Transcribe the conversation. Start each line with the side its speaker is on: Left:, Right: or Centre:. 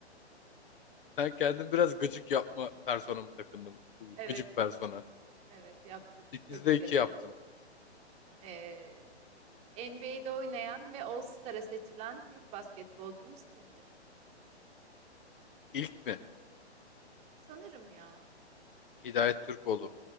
Left: Ben kendim biraz gıcık yapma personamı takındım.
Right: Evet.
Left: Gıcık persona.
Right: Evet yaptın.
Left: 8'de
Right: Tebrik
Left: 2
Right: ederim.
Left: yaptım.
Right: Ee, NBA'de oynayan ve All-Star'a seçilen Türk basketbolcumuz kimdir?
Left: İlk mi?
Right: Sanırım ya.
Left: Hidayet Türkoğlu.